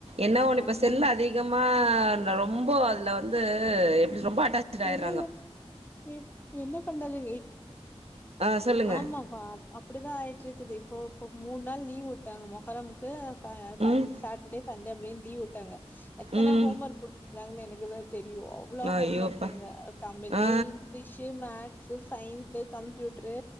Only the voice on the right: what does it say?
என்ன ஒண்ணு
இப்ப செல்ல அதிகமா அ ரொம்ப அதுல வந்து எப் ரொம்ப அட்டாச் ஆயிடுறாங்க
ஆ சொல்லுங்க
ம்
ம்
ஐயோப்பா
ஆ